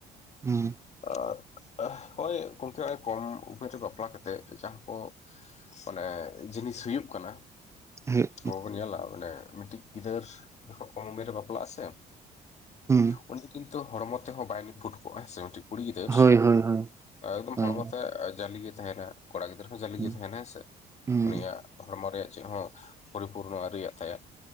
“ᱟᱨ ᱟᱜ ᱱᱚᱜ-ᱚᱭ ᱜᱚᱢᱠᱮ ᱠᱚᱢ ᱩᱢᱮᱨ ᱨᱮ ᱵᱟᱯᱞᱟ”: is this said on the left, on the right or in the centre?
Left